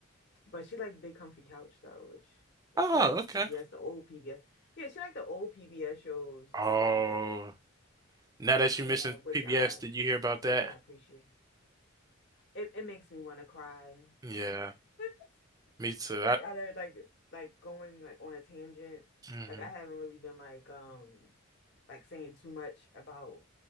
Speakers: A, on the left; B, on the right.
A: but she liked Big Comfy Couch though, which like
B: Oh,
A: she liked the
B: okay.
A: PBS, the old PBS. Yeah, she liked the old PBS shows.
B: Oh,
A: Um,
B: now
A: yeah,
B: that you mentioned
A: which
B: PBS,
A: I
B: did you hear about that?
A: which I appreciate. It it makes me want to cry.
B: Yeah,
A: <laughs>
B: me too.
A: like
B: I,
A: other like like going like on a tangent
B: hmm
A: like I haven't really been like um like saying too much about